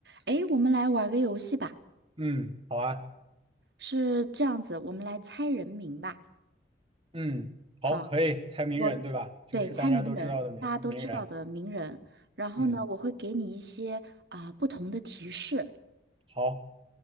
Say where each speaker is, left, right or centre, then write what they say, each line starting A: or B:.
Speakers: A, on the right; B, on the right.
A: 诶，我们来玩个游戏吧，
B: 嗯，好啊，
A: 是这样子，我们来猜人名吧。
B: 嗯，好，
A: 好，
B: 可以猜名人，
A: 我对猜名人，
B: 对吧？就是大家都知道的名名人。
A: 大家都知道的名人。然后呢，
B: 嗯，
A: 我会给你一些啊、不同的提示。
B: 好，